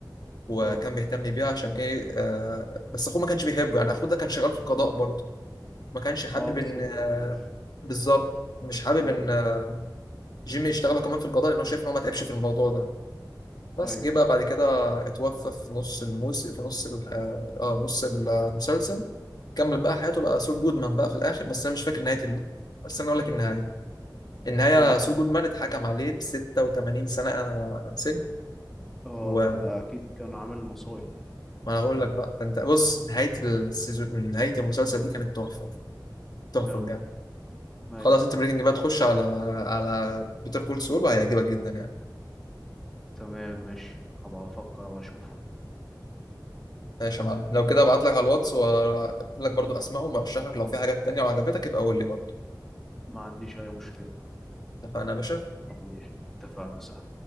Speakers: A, on the left; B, in the centre.
A: وكان
B: اه
A: بيهتم بيه عشان ايه آه بس اخوه ما كانش بيحبه يعني اخوه ده كان شغال في القضاء برضه ما كانش حابب
B: اه بس
A: ان
B: ما
A: آه
B: بيحبوش
A: بالظبط مش حابب
B: ايوه
A: ان آه، جيمي يشتغله كمان في القضاء لانه شايف ان هو ما تعبش في الموضوع ده بس
B: ايوه
A: جه بقى بعد كده اتوفى في نص الموسم في نص ال- اه آه، نص المسلسل كمل بقى حياته بقى سول جودمان بقى في الاخر بس انا مش فاكر نهايه ال- بس انا اقول لك النهايه النهاية
B: اوه
A: سول جودمان اتحكم عليه ب 86 سنة سجن
B: اه
A: وما
B: ده اكيد كان عامل مصايب
A: انا هقول لك بقى ده انت بص نهاية السيزون نهاية المسلسل دي كانت تحفة تحفة
B: اه
A: بجد
B: ايوه
A: خلاص انت بريكنج بقى تخش على على بيتر كول سول وهيعجبك جدا يعني
B: تمام ماشي هبقى افكر ابقى اشوفه
A: ماشي يا معلم لو كده ابعت لك على الواتس واكتب لك برضو اسمائهم وارشح لك لو في حاجات تانية وعجبتك يبقى قول لي برضو
B: ما عنديش اي مشكلة
A: اتفقنا يا باشا
B: ما عنديش اتفقنا صح